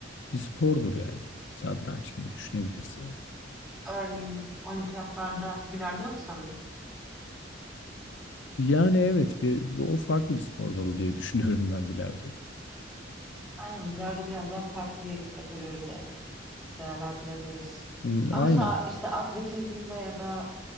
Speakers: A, on the left (about 80°); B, in the centre.
A: bir spordur yani. Satranç gibi düşünebilirsin yani.
B: örneğin olimpiyatlarda bilardo yok sanırım.
A: Yani evet bir, o farklı bir spor dalı diye <laughs> düşünüyorum ben bilardoyu.
B: Aynen bilardo biraz daha farklı bir kategoride. değerlendirebiliriz.
A: Hı,
B: Ama
A: Aynen.
B: mesela işte atletizmde ya da